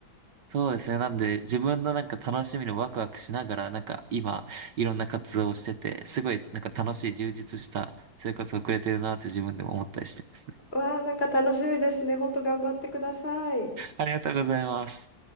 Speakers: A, on the right (about 65°); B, on the left (about 30°).
A: そうですね。なんで、自分のなんか楽しみのワクワクしながら、なんか今、いろんな活動をしてて、すごいなんか楽しい充実した生活を送れてるなって自分でも思ったりしてますね。
B: わあ、なんか楽しみですね。本当頑張ってください。
A: ありがとうございます。